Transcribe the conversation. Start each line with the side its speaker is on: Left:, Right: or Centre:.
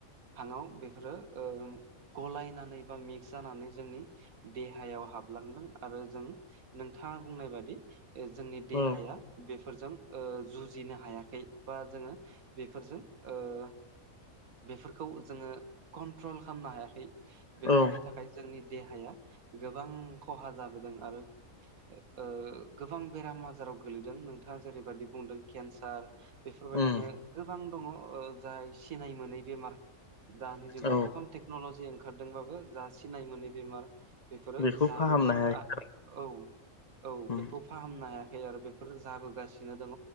Right: हांआव बेफोरो ओम गलायनानै बा मिक्स जानानै जोंनि देहायाव हाबलांदों आरो जों नोंथाङा बुंनाय बादि जोंनि देहाया
Left: औ
Right: बेफोरजों ओ जुजिनो हायाखै बा जोङो बेफोरजों ओ बेफोरखौ जोङो कन्ट्रल खालामनो हायाखै बेफोरनि
Left: औ
Right: थाखाय थाखाय जोंनि देहाया गोबां खहा जाबोदों आरो ओ गोबां बेराम आजाराव गोलैदों नोंथाङा जेरैबायदि बुंदों केन्सार बेफोरबायदिनो
Left: उम
Right: गोबां दङ जाय सिनाय मोनै बेमार दानि जुगाव
Left: औ
Right: गोबां टेक्न'ल'जि ओंखारदोंबाबो जा सिनाय मोनै बेमार बेफोरो
Left: बेखौ
Right: जाबोदों
Left: फाहामनो हायाखै
Right: आ औ औ
Left: उम
Right: बेखौ फाहामनो हायाखै आरो बेफोरो जाबोगासिनो दङ